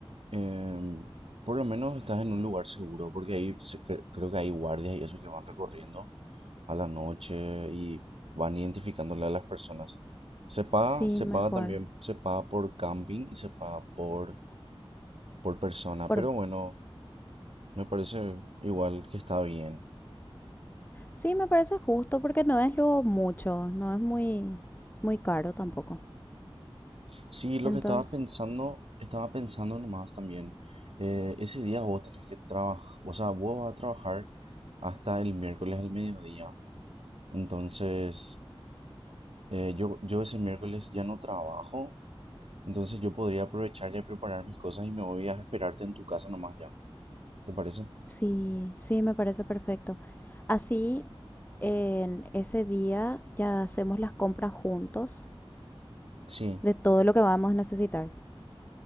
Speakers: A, on the right (about 80°); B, on the left (about 20°).
A: em, por lo menos estás en un lugar seguro, porque ahí se- cre- creo que hay guardias y eso que van recorriendo a la noche y van identificándole a las personas. Se paga,
B: Sí,
A: se
B: mejor.
A: paga también, se paga por camping y se paga por, por persona,
B: Por...
A: pero bueno, me parece igual que está bien.
B: Sí, me parece justo porque no es lo mucho, no es muy, muy caro tampoco.
A: Sí, lo
B: Entonces,
A: que estaba pensando, estaba pensando nomás también. eh, ese día vos tenés que trabajar, o sea, vos vas a trabajar hasta el miércoles al mediodía. Entonces, eh, yo, yo ese miércoles ya no trabajo. Entonces, yo podría aprovechar ya y preparar mis cosas y me voy a esperarte en tu casa nomás ya. ¿Te parece?
B: sí, sí, me parece perfecto. Así, en ese día ya hacemos las compras juntos
A: Sí,
B: de todo lo que vamos a necesitar.